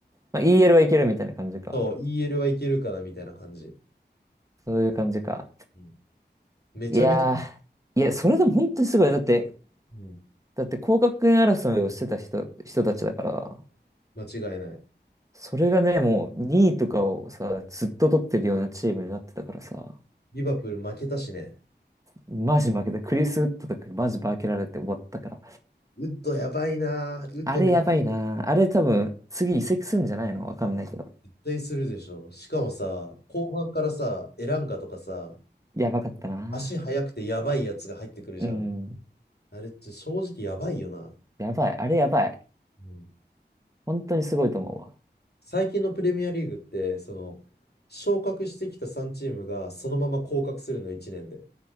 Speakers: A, on the right; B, on the left.
A: まあ、EL はいけるみたいな感じか。
B: そう、EL はいけるかなみたいな感じ。
A: そういう感じか。
B: うんめちゃめちゃ、
A: いやー、いや、それでも本当にすごい。だって、
B: うん
A: だって降格圏争いをしてた人、人たちだから、
B: 間違いない。
A: それがね、もう2位とかをさ、ずっと取ってるようなチームになってたからさ、
B: リバプール負けたしね。
A: マジ負けた。クリス・ウッドとかマジ負けられて終わったから。
B: ウッドやばいな。ウッドめっちゃ
A: あれやばいな。あれ多分、次移籍するんじゃないのわかんないけど。
B: 絶対するでしょ。しかもさ、後半からさ、エランガとかさ、
A: やばかったな。
B: 足速くてやばいやつが入ってくるじゃん。
A: うん。
B: あれって正直やばいよな。
A: やばい。あれやばい。
B: うん
A: 本当にすごいと思うわ。
B: 最近のプレミアリーグって、その、昇格してきた3チームがそのまま降格するの1年で。